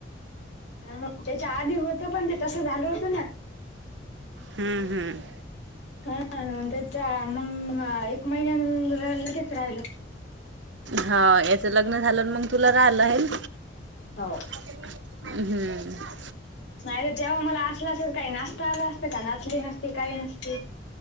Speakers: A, on the left; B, on the right.
A: ह ह त्याच्या आधी होतं पण ते तसं झालं होतं न.
B: हम् हम्.
A: हा हा त्याच्या मग एक महिन्यान लगेच राहिलं.
B: हा याच लग्न झालं मग तुला राहिलं हायन.
A: हो.
B: हम्म.
A: नाही तर तेव्हा मला असला असेल काही नाचता आला असतं का नाचली नसती काही नसते